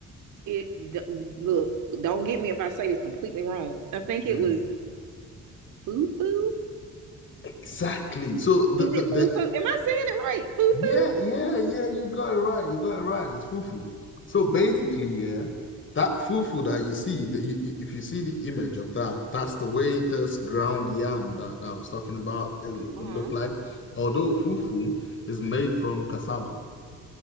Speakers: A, on the right; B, on the left.
A: it d- look, don't get me if I say this completely wrong. I think
B: mm,
A: it was fufu.
B: exactly so the,
A: Is
B: the
A: it
B: the
A: foo foo? Am I saying it right? Foo
B: Yeah,
A: foo?
B: yeah, yeah, you got it right. You got it right. It's fufu. So basically, yeah, that fufu that you see, the, you, you- if you see the image of that, that's the way this ground yam that I was talking about it would
A: Uh-huh.
B: look like. Although fufu is made from cassava.